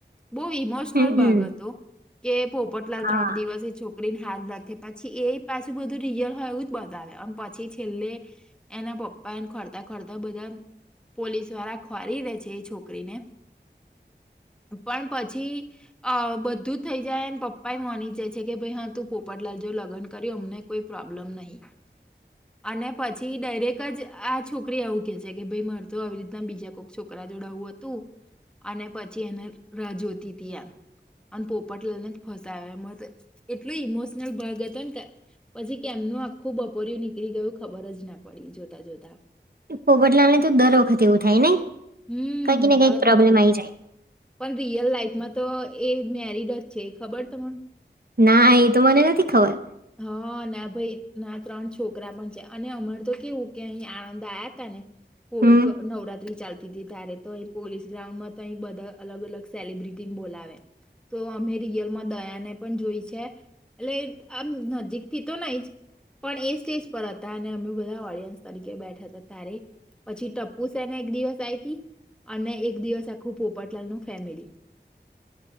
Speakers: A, in the centre; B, on the right (about 55°).
A: બહુ ઈમોશનલ
B: હમ હમ
A: ભાગ હતો કે પોપટલાલ
B: હા
A: ત્રણ દિવસ છો સ્કન હાર લખે પછી એ પાછું બધું રિયલ હોય એવું જ બતાવે પછી છેલ્લે એના પપ્પા એને ખોરતા ખોરતા બધા પોલીસ વાળા ખોરી દે છે એ છોકરીને પણ પછી અ બધું જ થઈ જાયને પપ્પા એ માની જે છે કે ભાઈ હા તું પોપટલાલ જો લગન્યું અમને કોઈ પ્રોબ્લમ નહી અને પછી ડાયરેક્ટ જ આ છોકરી એવું કે છે કે ભાઈ મારે તો આવી રીતના બીજા કોઈક છોકરા જોડાવુંત તું અને પછી એને રોતી તય અને પોપટ લને ફસાવે એ એટલું ઇમોશનલ ભળગ હતો પછી કેમનું આખું બપોરું નીકળી ગયું ખબર જ ના પડી જોતા જોતા
B: પોવટલા ને તો દર વખત એવું થાય નને
A: હમ
B: કઈક ને
A: દર
B: કંઈક પ્રોબ્લેમ
A: વખત
B: આવી જાય
A: પણ રિયલ લાાઈફમાં તો એ મેરિડ જ છે ખબર તને
B: ના એ તો મને નથી ખબર
A: હા ના ભાઈ ના ત્રણ છોકરા પણ છે અને અમાર તો કેવું કે અહીં આણંદ આવ્યા હતા ને
B: હમ
A: નવરાત્રી ચાલતા ત્યારે તો અહી પોલીસ ગ્રાઉન્ડ માં તો અહી બધા અલગ અલ સેલિબ્રિટી બોલાવે તો અમે રિયલમાં દયાને પણ જોઈ છે એટલે આમ નજીકથી તો નહી જ પણ એ સ્ટેજ પર હતા અને અમે બધા ઓડિયન્સ તરીકે બેઠા હતા તારે પછી ટપ્પુ સેને એક દિવસ આતી અને એક દિવસ આખું પોપટલાલ નું ફેમિલી <inaudible>